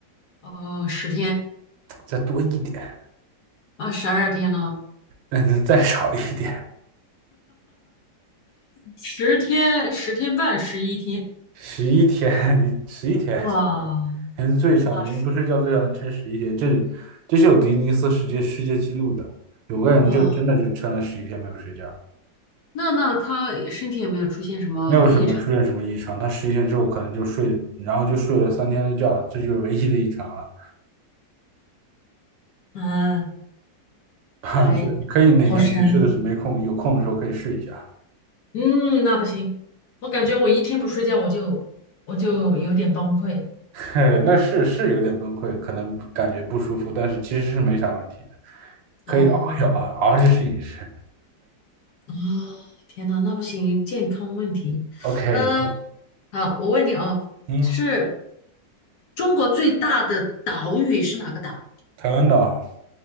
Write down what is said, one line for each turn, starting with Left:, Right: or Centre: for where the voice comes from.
Left: 哦，十天
Right: 再多一点，
Left: 啊，十二天呢，
Right: 嗯，再少一点，
Left: 十天十天半，十一天，
Right: 十一天，<laughs> 你十一天，
Left: 哇
Right: 人最长人不睡觉最长能撑十一天，
Left: 哇
Right: 这这是有吉尼斯世界世界纪录的，有个人就真的就撑了十一天没有睡觉。
Left: 哇，那那他身体有没有出现什么异常？
Right: 没有什么出现什么异常，他十一天之后可能就睡，然后就睡了三天的觉，这就是唯一的异常了。
Left: 嗯，
Right: <laughs> 啊，
Left: 还
Right: 就你可以哪天没事的时候没空有空的时候可以试一下，
Left: 好神嗯，那不行，我感觉我一天不睡觉我就我就有点崩溃
Right: <laughs> 那是是有点崩溃，可能感觉不舒服，但是其实是没啥问题的，可以熬一熬，
Left: 哦。
Right: 熬着试一试。
Left: 啊天呐，那不行，健康问题。
Right: OK，
Left: 嗯，好，我问你哦，
Right: 嗯，
Left: 就是中国最大的岛屿是哪个岛？
Right: 台湾岛